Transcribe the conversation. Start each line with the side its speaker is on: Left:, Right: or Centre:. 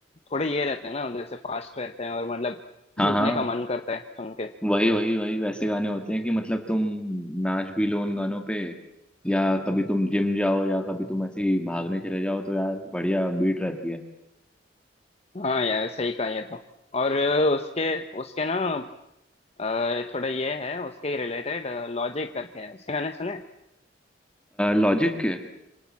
Left: थोड़े ये रहते हैं ना जैसे फास्ट रहते हैं और मतलब
Centre: हाँ
Left: झूमने
Centre: हाँ
Left: का मन करता है सुन के
Centre: वही वही वही वैसे गाने होते हैं कि मतलब तुम नाच भी लो उन गानों पे या कभी तुम जिम जाओ या कभी तुम ऐसे ही भागने चले जाओ तो यार बढ़िया बीट रहती है
Left: हाँ यार सही कहा ये तो और अ, उसके उसके ना अ, थोड़ा ये है उसके रिलेटेड लॉजिक करके है उसके गाने सुने
Centre: लॉजिक के